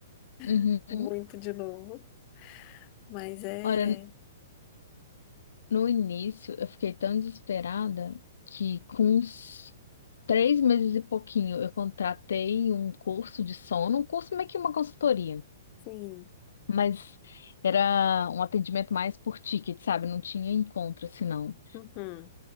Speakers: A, on the left; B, on the left.
A: Uhum.
B: <laughs> muito de novo. Mas é,
A: Ora, No início, eu fiquei tão desesperada que com uns três meses e pouquinho, eu contratei um curso de sono, um curso meio que uma consultoria,
B: sim.
A: mas era um atendimento mais por ticket, sabe? Não tinha encontro, assim, não.
B: Uhum.